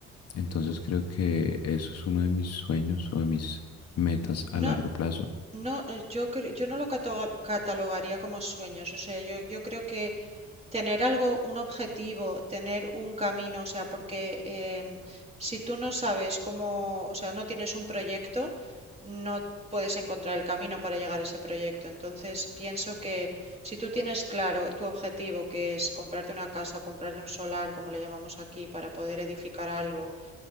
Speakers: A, on the left; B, on the right.
A: Entonces creo que eso es uno de mis sueños o de mis metas a
B: No,
A: largo plazo.
B: no, eh, yo cre- yo no lo cata- catalogaría como sueños. O sea, yo, yo creo que Tener algo, un objetivo, tener un camino, o sea, porque em, si tú no sabes cómo, o sea, no tienes un proyecto, no puedes encontrar el camino para llegar a ese proyecto. Entonces, pienso que si tú tienes claro tu objetivo, que es comprarte una casa, comprarte un solar, como le llamamos aquí, para poder edificar algo,